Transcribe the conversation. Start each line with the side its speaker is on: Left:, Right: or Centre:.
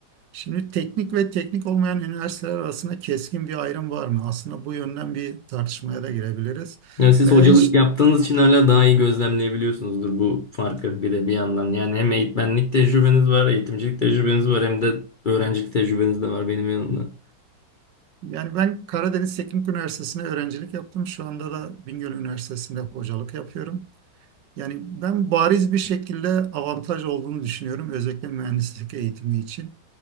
Right: Şimdi teknik ve teknik olmayan üniversiteler arasında keskin bir ayrım var mı? Aslında bu yönden bir tartışmaya da girebiliriz.
Left: Yani siz
Right: Veya
Left: Ee, hocalık
Right: hiç
Left: yaptığınız için hala daha iyi gözlemleyebiliyorsunuzdur bu farkı bir de bir yandan. Yani hem eğitmenlik tecrübeniz var, eğitimcilik tecrübeniz var hem de öğrencilik tecrübeniz de var benim yanımda.
Right: yani ben Karadeniz Teknik Üniversitesi'ne öğrencilik yaptım. Şu anda da Bingöl Üniversitesi'nde hocalık yapıyorum. Yani ben bariz bir şekilde avantaj olduğunu düşünüyorum özellikle mühendislik eğitimi için.